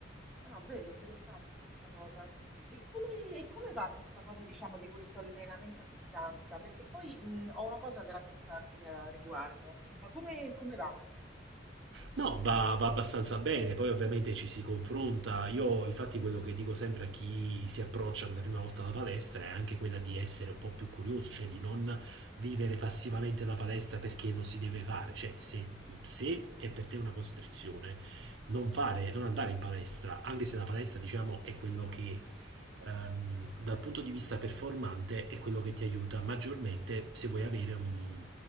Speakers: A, in the centre; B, on the right (about 75°).
A: Ah, vedi, interessante questa cosa. E come, e come va questa cosa, diciamo, di questo allenamento a distanza? Perché poi mh, ho una cosa da raccontarti a riguardo, ma come, come va?
B: No, va, va abbastanza bene, poi ovviamente ci si confronta. Io infatti quello che dico sempre a chi si approccia per la prima volta alla palestra è anche quella di essere un po' più curioso, cioè di non vivere passivamente la palestra perché lo si deve fare. Cioè, se, se è per te una costrizione, non fare, non andare in palestra, anche se la palestra, diciamo, è quello che ehm, dal punto di vista performante è quello che ti aiuta maggiormente se vuoi avere un,